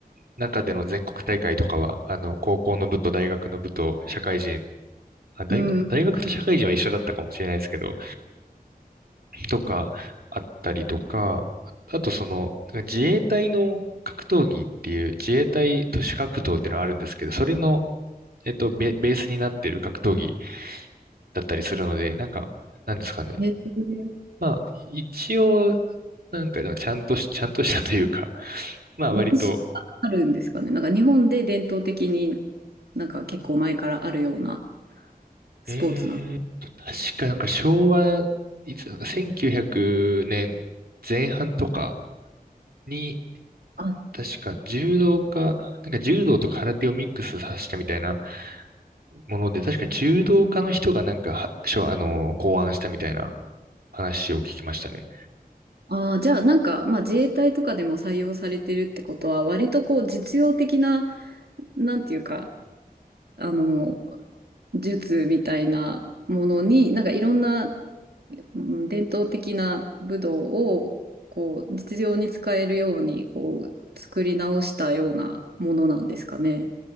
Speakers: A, on the right (about 75°); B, on the right (about 85°).
A: 中での全国大会とかは、あの、高校の部と大学の部と社会人、あ、大学、
B: うん。
A: 大学と社会人は一緒だったかもしれないですけど、とかあったりとか、あとその、自衛隊の格闘技っていう自衛隊都市格闘っていうのがあるんですけど、それのえっと、ベ、ベースになっている格闘技だったりするので、なんか、なんですかね。
B: え、
A: まあ、一応、なんか、ちゃんとし、ちゃんとしたというか、<laughs> まあ、
B: 歴史があるんですかね。
A: 割と、
B: なんか日本で伝統的になんか結構前からあるようなスポーツなの。
A: えーっと、確かなんか昭和、いつだか、1900年前半とかに、
B: あ、
A: 確か柔道家、なんか柔道と空手をミックスさせたみたいなもので、確か柔道家の人がなんか、は、しょあの、考案したみたいな話を聞きましたね。
B: あー、じゃあなんか、まあ自衛隊とかでも採用されてるってことは、割とこう実用的な、なんていうか、あの、術みたいなものに、なんかいろんな、うん伝統的な武道を、こう、実用に使えるように、こう、作り直したようなものなんですかね。